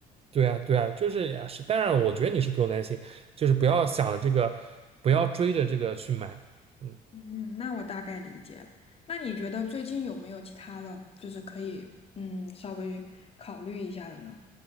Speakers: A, on the right; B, on the left.
A: 对啊，对啊，就是呀，是。当然，我觉得你是不用担心，就是不要想这个，不要追着这个去买。嗯，
B: 嗯，那我大概理解了。那你觉得最近有没有其他的，就是可以嗯稍微考虑一下的呢？